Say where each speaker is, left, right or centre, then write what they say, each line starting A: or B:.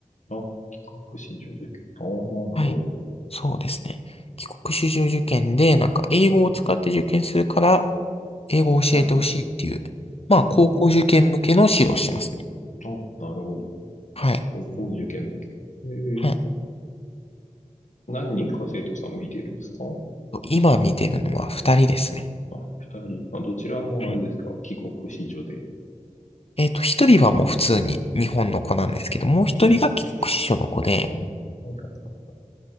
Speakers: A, on the left (about 65°); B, on the left (about 50°).
A: ど。あ、帰国子女受験。ああ、なるほど。
B: はい。そうですね。帰国子女受験で、なんか英語を使って受験するから、英語を教えてほしいっていう、
A: はい。
B: まあ、
A: うーん。
B: 高校受験向けの指導をしてますね。
A: あ、なるほど。
B: はい。
A: 高校受験向け。ええ。
B: はい。
A: 何人か生徒さん見てるんですか
B: 今見てるのは二人ですね。
A: あ、二人。あ、どちらもあれですか。
B: はい
A: 帰国子女で。
B: えっと、一人はもう普通に日本の子なんですけど、
A: あ、
B: もう一人が帰国子女の子で、
A: なるほど。ああ、はいはいはいはい。